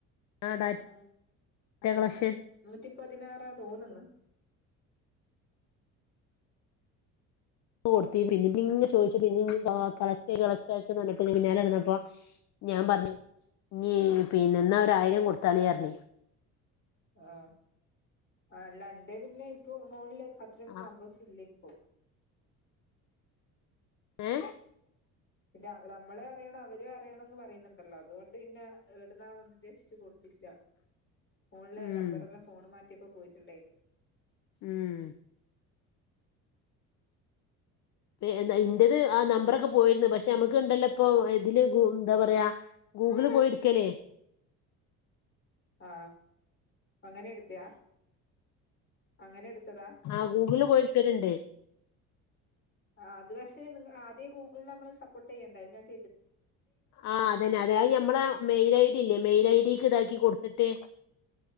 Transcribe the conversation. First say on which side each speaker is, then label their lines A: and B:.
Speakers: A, on the left (about 60°); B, on the left (about 35°).
A: ഡാറ്റ
B: നൂ
A: കളക്ഷൻ
B: നൂ നൂറ്റി പതിനാറാ തോന്ന്ന്ന്.
A: കൊട്ത്തി പിന്നി പിന്നി ചോയിച്ച് പിന്നി കളക് കളക്ടായി കളക്ടായിട്ട <unintelligible> പിന്നാലടന്നപ്പോ ഞാൻ പറഞ്ഞ് ഇനി പിന്നെ ന്നാ ഒരായിരം കൊടുത്താളി അർഞ്ഞ്
B: ആ ആല്ലന്റെ പിന്നെ ഇപ്പൊ ഫോണില് അത്രയൊന്നും
A: ആഹ്
B: നമ്പേഴ്സ് ഇല്ലേ ഓ
A: ഏ
B: പിന്നെ നമ്മളും അറിയണം അവരും അറിയണന്ന് പറയുന്നുണ്ടല്ലോ അതുകൊണ്ട് പിന്നെ എവിടുന്നാ ഉദ്ദേശിച്ച് കൊടുത്തില്ല ഫോണിലെ
A: ഉം
B: നമ്പറെല്ലാം ഫോണ് മാറ്റിയപ്പോ പോയിട്ടുണ്ടായിനി
A: ഉം പി ഇന്റത് ആ നമ്പറൊക്കെ പോയിരുന്നു പക്ഷെ നമ്മുക്ക് ഇണ്ടല്ലോ ഇപ്പൊ ഇതില് എന്താ പറയാ ഗൂഗിള് പോയിട്ക്കല്
B: ആ അങ്ങനെ എടുത്തയാ? അങ്ങനെ എടുത്തതാ
A: ആ ഗൂഗിള് പോയി എടുക്കലുണ്ട്
B: ആ അത് പക്ഷെ നിങ്ങ ആദ്യേ ഗൂഗിളില് നമ്മള് സപ്പോർട്ട് ചെയ്യണ്ടേ അതി
A: ആ അതന്നെ അത് ഞമ്മളെ മെയിൽ ഐ ഡി ഇല്ലേ മെയിൽ ഐ ഡിക്ക് ഇതാക്കി കൊടുക്ക ത്തിട്ട്